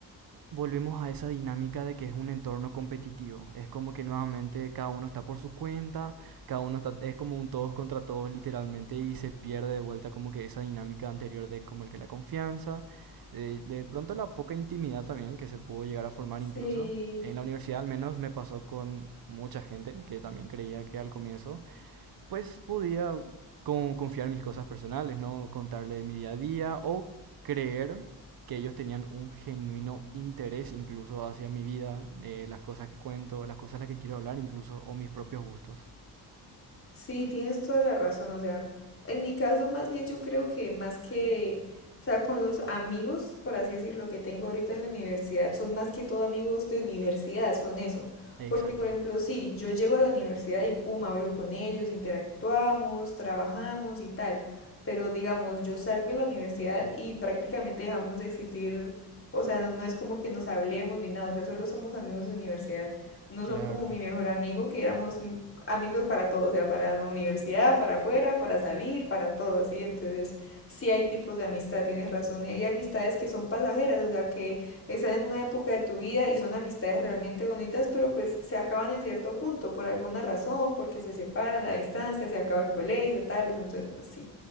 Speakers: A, on the right (about 60°); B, on the left (about 30°).
A: volvemos a esa dinámica de que es un entorno competitivo. Es como que nuevamente cada uno está por su cuenta, cada uno está, es como un todos contra todos literalmente y se pierde de vuelta como que esa dinámica anterior de como el que la confianza, de, de pronto la poca intimidad también que se pudo llegar a formar
B: sí.
A: incluso. En la universidad al menos me pasó con mucha gente que también creía que al comienzo pues podía con- confiar en mis cosas personales, ¿no? Contarle mi día a día o creer que ellos tenían un genuino interés incluso hacia mi vida, eh, las cosas que cuento, las cosas a las que quiero hablar incluso, o mis propios gustos.
B: Sí, tienes toda la razón. O sea, en mi caso más bien yo creo que más que, o sea, con los amigos, por así decirlo, que tengo ahorita en la universidad, son más que todo amigos de universidad, son eso.
A: Exacto.
B: Porque, por ejemplo, sí, yo llego a la universidad y pum, hablo con ellos, interactuamos, trabajamos y tal. Pero digamos, yo salgo de la universidad y prácticamente dejamos de existir, o sea, no, no es como que nos hablemos ni nada, o sea, solo somos amigos de universidad no
A: Claro.
B: son como mi mejor amigo, que éramos amigos para todo, o sea, para la universidad, para afuera, para salir, para todo, ¿sí? Entonces, sí hay tipos de amistad, tienes razón, y hay amistades que son pasajeras, o sea, que están en una época de tu vida y son amistades realmente bonitas, pero pues se acaban en cierto punto, por alguna razón, porque se separan, la distancia, se acaba el colegio, tales, entonces, pues sí.